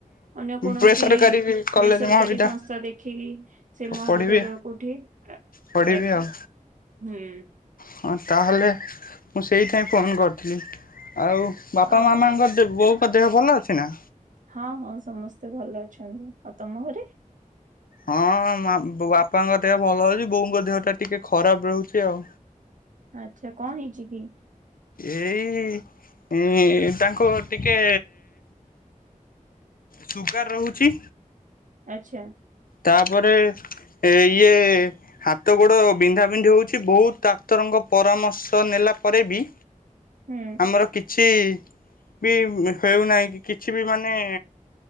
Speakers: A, on the right; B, on the left.
A: ଅନ୍ୟ କୌଣସି
B: ବେସରକାରୀ କଲେଜ
A: ବେସରକାରୀ
B: ମହାବିଦ୍ୟା
A: ସଂସ୍ଥା ଦେଖିକି ସେ ମହାବିଦ୍ୟାଳୟ
B: ପଢ଼ିବି
A: କୋଉଠି?
B: ପଢ଼ିବି
A: ଆଜ୍ଞା
B: ଆଉ।
A: ହୁଁ
B: ହଁ ତାହେଲେ ମୁଁ ସେଇଥିପାଇଁ ଫୋନ୍ କରିଥିଲି। ଆଉ ବାପା
A: ଆଉ
B: ମାମାଙ୍କ ଦେ ବୋଉଙ୍କ ଦେହ ଭଲ ଅଛିନା?
A: ହଁ ହଁ ସମସ୍ତେ ଭଲ ଅଛନ୍ତି ଆଉ ତମ ଘରେ?
B: ହଁ ବାପାଙ୍କ ବୋ ଦେହ ଭଲ ଅଛି ବୋଉଙ୍କ ଦେହଟା ଟିକେ ଖରାପ୍ ରହୁଚି ଆଉ।
A: ଆଚ୍ଛା କଁ ହେଇଚକି?
B: ଏଇ ଇ ତାଙ୍କ ଟିକେ ସୁୁଗାର ରହୁଛି
A: ଆଚ୍ଛା।
B: ତାପରେ ଇଏ ହାତ ଗୋଡ଼ ବିନ୍ଧାବିନ୍ଧି ହେଉଛି ବହୁତ୍ ଡାକ୍ତରଙ୍କ ପରାମର୍ଶ ନେଲା ପରେବି
A: ହୁଁ।
B: ଆମର କିଛିବି ହେଉନାହିଁ କି କିଛିବି ମାନେ